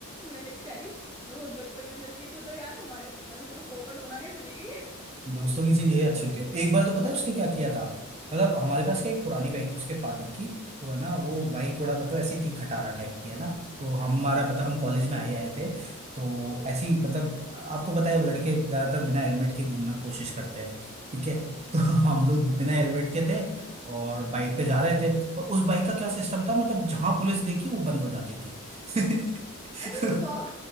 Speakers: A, on the left; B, on the right.
A: मैंने कह रही बहुत बदतमीज लड़की है तू तो यार हमारे मतलब इतना पोपट बना के चली गई है
B: दोस्तों की चीज ये अच्छी
A: मैंने
B: होती
A: कहा
B: है एक बार तो पता है उसने क्या किया था मतलब हमारे पास क्या एक पुरानी बाइक थी उसके फादर की तो है ना वो बाइक थोड़ा मतलब ऐसी थी खटारा टाइप की है ना तो हमारा
A: हम्म
B: मतलब हम कॉलेज में आए आए थे तो ऐसी मतलब आपको पता है लड़के ज्यादातर बिना हेलमेट के घूमना कोशिश करते हैं ठीक है
A: हम्म
B: तो <laughs> हम
A: हम्म।"
B: लोग बिना हेलमेट के थे और बाइक पे जा रहे थे और उस बाइक का क्या सिस्टम था मतलब जहां पुलिस देखी वो बंद हो जाती थी <laughs>
A: अरे वाह